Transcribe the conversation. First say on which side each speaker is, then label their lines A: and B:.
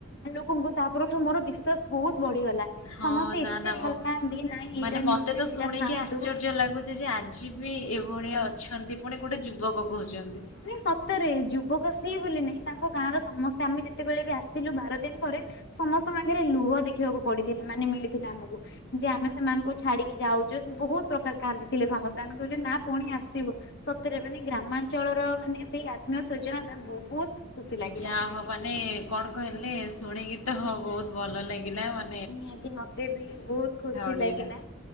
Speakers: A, on the left (about 55°); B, on the left (about 85°).
A: ଖନ୍ତୁ ତା ପରଠୁ ମୋର ବିଶ୍ୱାସ ବହୁତ ବଢିଗଲା
B: ହଁ
A: ସମସ୍ତେ
B: ନା
A: ଏତେ
B: ନା ନବ
A: ଭଲ ପାଆନ୍ତି ନାଇଁ ଏଇଟା
B: ମାନେ
A: ନିଅନ୍ତୁ
B: ମତେ ତ
A: ସେଇଟା
B: ଶୁଣିକି
A: ଖାଆନ୍ତୁ।
B: ଆଶ୍ଚର୍ଯ୍ୟ ଲାଗୁଛି ଯେ ଆଜି ବି ଏଭଳିଆ ଅଛନ୍ତି ପୁଣି ଗୋଟେ ଯୁବକ କହୁଛନ୍ତି।
A: ନାଇଁ ସତରେ ଯୁବକ ସିଏ ବୋଲି ନାଇଁ ତାଙ୍କ ଗାଁର ସମସ୍ତେ ଆମେ ଯେତେବେଳେ ବି ଆସିଥିଲୁ ବାର ଦିନ ପରେ ସମସ୍ତଙ୍କ ଆଖିରେ ଲୁହ ଦେଖିବାକୁ ପଡିଥିଲେ ମାନେ ମିଳିଥିଲା ଆମକୁ ଯେ ଆମେ ସେମାନଙ୍କୁ ଛାଡିକି ଯାଉଛୁ ବହୁତ ପ୍ରକାର କାନ୍ଦିଥିଲେ ସମସ୍ତେ ଆମେ କହିଲୁ ନା ପୁଣି ଆସିବ ସତରେ ମାନେ ଗ୍ରାମାଞ୍ଚଳର ର ମାନେ ସେଇ ଆତ୍ମୀୟ ସଜନତା ବହୁତ ଖୁସି ଲାଗିଲା
B: ଯାହା
A: ଆମକୁ
B: ହଉ
A: ଦେଖିକି।
B: ମାନେ କଣ କହିଲେ ଶୁଣିକି ତ ବହୁତ ଭଲ ଲାଗିଲା ମତେ
A: ନିହାତି ମତେ ବି ବହୁତ ଖୁସି
B: ଗୋଟେ
A: ଲାଗିଲା
B: ଏଇଟା।